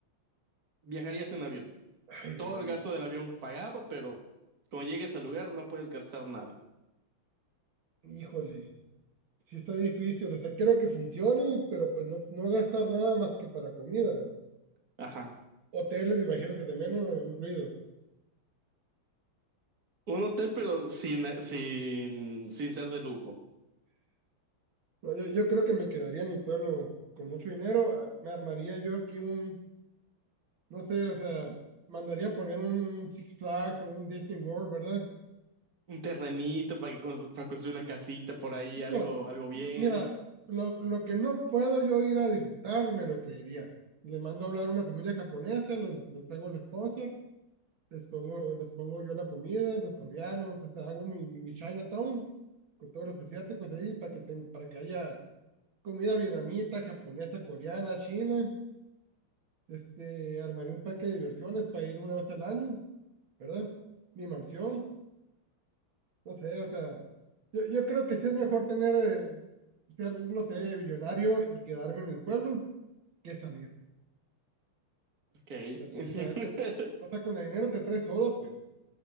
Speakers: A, on the right; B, on the right.
A: Viajarías en avión.
B: Ay, demonio.
A: todo el gasto del avión pagado, pero cuando llegues al lugar no puedes gastar nada.
B: Híjole, sí está difícil. O sea, quiero que funcione, pero pues no, no gastar nada más que para comida.
A: Ajá.
B: Hoteles, imagino que también ¿no? incluido.
A: Un hotel, pero sin, sin, sin ser de lujo.
B: No, yo, yo creo que me quedaría en mi pueblo con mucho dinero. ah, Me armaría yo aquí un no sé, o sea, mandaría poner un Six Flags o un Disney World, ¿verdad?
A: Un terrenito para, que constru- para construir una casita por ahí,
B: Digo,
A: algo, algo bien.
B: mi- mira, lo, lo que no puedo yo ir a disfrutar, me lo traería. Le mando a hablar a una familia japonesa, los, les hago el sponsor, les pongo, les pongo yo la comida, los coreanos, o sea, hago mi, mi, mi Chinatown con todos los asiáticos ahí para que, ten- para que haya comida vietnamita, japonesa, coreana, china. Este, armaría un parque de diversiones para ir una vez al año, ¿verdad? Mi mansión. No sé, o sea, yo, yo creo que sí es mejor tener, eh, ser, no sé, billonario y quedarme en el pueblo que salir, o
A: Ok.
B: sea,
A: <laughs>
B: traerme todo. O sea, con el dinero te traes todo, pues.